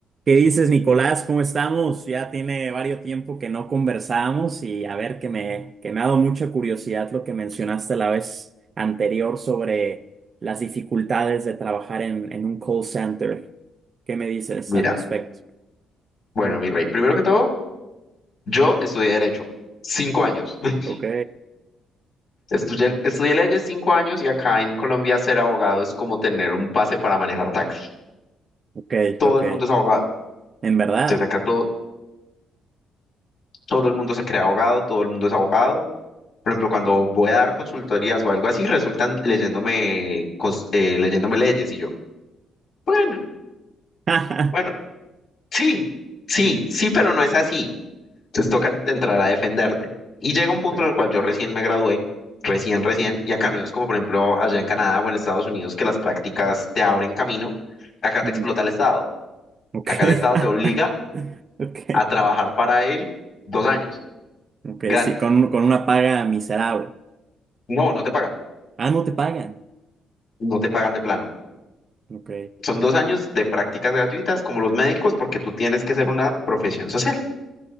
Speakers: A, on the right; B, on the left.
A: ¿Qué dices, Nicolás? ¿Cómo estamos? Ya tiene varios tiempo que no conversamos y a ver que me, que me ha dado mucha curiosidad lo que mencionaste la vez anterior sobre las dificultades de trabajar en, en un call center. ¿Qué me dices
B: Mira,
A: al respecto?
B: bueno, mi rey, primero que todo, yo estudié Derecho, cinco años. <laughs>
A: Ok,
B: Estudié, estudié leyes cinco años y acá en Colombia ser abogado es como tener un pase para manejar taxi.
A: ok,
B: Todo
A: ok.
B: el mundo es abogado.
A: ¿En verdad?
B: Desde acá todo, todo el mundo se crea abogado, todo el mundo es abogado. Por ejemplo, cuando voy a dar consultorías o algo así, resultan leyéndome, cos- eh, leyéndome leyes y yo, bueno,
A: <laughs>
B: bueno, sí, sí, sí, pero no es así. Entonces toca entrar a defenderte. Y llega un punto
A: Ok,
B: en el cual yo recién me gradué, recién, recién, y acá no es como por ejemplo allá en Canadá o en Estados Unidos que las prácticas te abren camino, acá te
A: ujú,
B: explota el Estado,
A: ok,
B: acá el Estado
A: <laughs>
B: te obliga
A: ok,
B: a trabajar para él dos años,
A: ok,
B: gratis.
A: sí, con, con una paga miserable.
B: No, no te pagan,
A: Ah, no te pagan.
B: no te pagan de plano.
A: Ok,
B: Son dos años de prácticas gratuitas como los médicos porque tú tienes que ser una profesión social.